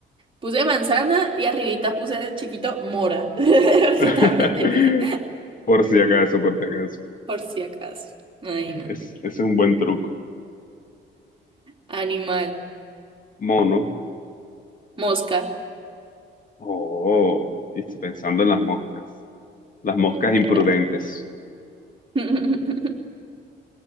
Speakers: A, on the right; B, on the left.
A: Puse manzana y arribita puse el chiquito mora, <laughs> porque
B: <laughs>
A: también tenía,
B: Por si acaso, por si acaso.
A: por si acaso. Ay, no.
B: Es, es un buen truco.
A: Animal,
B: Mono.
A: mosca,
B: Oh, y pensando en las moscas. Las moscas imprudentes.
A: será. <laughs>